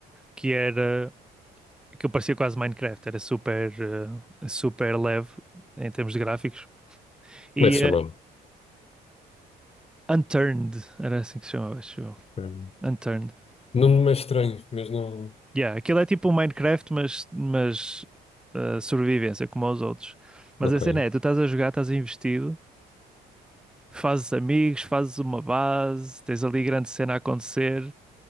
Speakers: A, in the centre; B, on the left (about 35°).
A: que era. que eu parecia quase Minecraft. Era super, eh, super leve em termos de gráficos. E
B: Como é que se
A: eh,
B: chamava?
A: Unturned, era assim que se chamava, acho eu.
B: Hum.
A: Unturned.
B: Nome é estranho, mas não.
A: Yeah, aquilo é tipo um Minecraft, mas, mas ah, sobrevivência, como aos outros. Mas
B: Ok.
A: a cena é, tu estás a jogar, estás investido, fazes amigos, fazes uma base, tens ali grande cena a acontecer